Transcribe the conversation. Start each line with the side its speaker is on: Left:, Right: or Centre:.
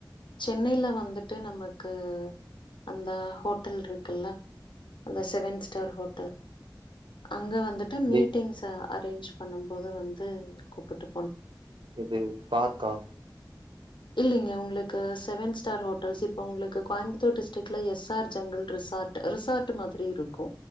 Left: சென்னைல வந்துட்டு நமக்கு அந்த ஹோட்டல் இருக்குல்ல அந்த செவன் ஸ்டார் ஹோட்டல் அங்க வந்துட்டு மீட்டிங்ஸ
Right: தீப்
Left: அரேஞ்ச் பண்ணும் போது வந்து கூப்புட்டு
Right: இது பார்க்கா
Left: இல்லைங்க உங்களுக்கு செவன் ஸ்டார் ஹோட்டல்ஸ் இப்போ உங்களுக்கு கோயம்புத்தூர் டிஸ்ட்ரிக்ல S R jungle resort resort மாதிரி இருக்கு